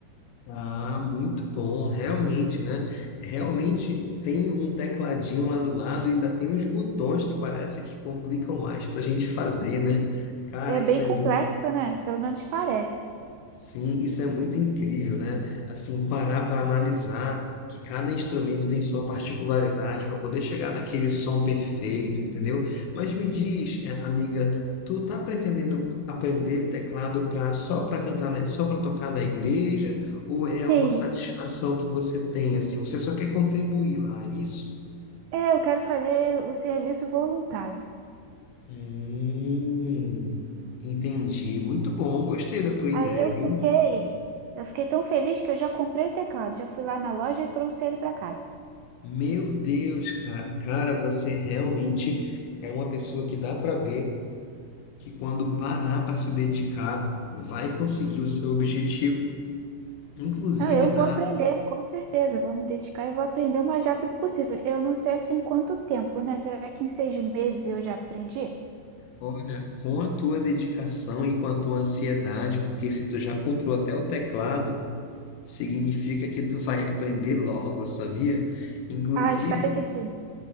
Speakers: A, on the left (about 85°); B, on the right (about 85°).
A: Ah, muito bom, realmente, né? Realmente tem um tecladinho lá do lado e ainda tem uns botões que parece que complicam mais para a gente fazer, né? Cara,
B: É
A: isso
B: bem
A: é
B: complexo,
A: muito
B: né? Pelo menos parece.
A: Sim, isso é muito incrível, né? Assim, parar para analisar que cada instrumento tem sua particularidade para poder chegar naquele som perfeito, entendeu? Mas me diz, eh, amiga, tu tá pretendendo aprender teclado para só para cantar, na- só para tocar na igreja, ou é uma
B: Sim.
A: satisfação que você tem assim? Você só quer contribuir lá, é isso?
B: É, eu quero fazer o serviço voluntário.
A: Hum, entendi. Muito bom, gostei da tua ideia,
B: Aí eu
A: viu?
B: fiquei, eu fiquei tão feliz que eu já comprei o teclado, já fui lá na loja e trouxe ele para casa.
A: Meu Deus, cara, cara, você realmente é uma pessoa que dá para ver que quando parar para se dedicar, vai conseguir o seu objetivo, inclusive
B: Ah, eu
A: dá,
B: vou aprender, com certeza, eu vou me dedicar e vou aprender o mais rápido possível. Eu não sei assim quanto tempo, né? Será que em seis meses eu já aprendi?
A: olha, com a tua dedicação e com a tua ansiedade, porque se tu já comprou até o teclado, significa que tu vai aprender logo, sabia? Inclusive,
B: Ah, espero que sim.